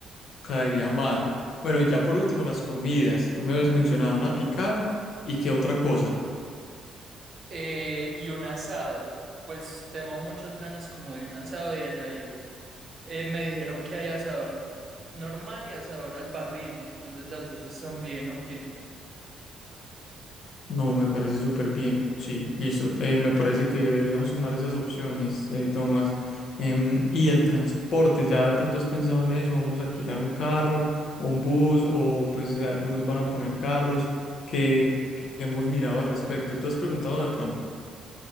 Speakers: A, on the left; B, on the right.
A: caería mal. Bueno, y ya por último las comidas. Tú me habías mencionado una picada y qué otra cosa.
B: Eh, y un asado. Pues tengo muchas ganas como de un asado y allá ahí. eh, me dijeron que hay asador normal y asador al barril, entonces las dos están bien, ok.
A: No, me parece súper bien. Sí, listo. Eh, me parece que deberíamos sumar esas opciones, eh, Tomás. Em, y el transporte, ¿ya de pronto has pensado en eso? ¿Vamos a alquilar un carro o un bus? O pues eh, algunos van a poner carros. que hemos mirado al respecto? ¿Tú has preguntado de pronto?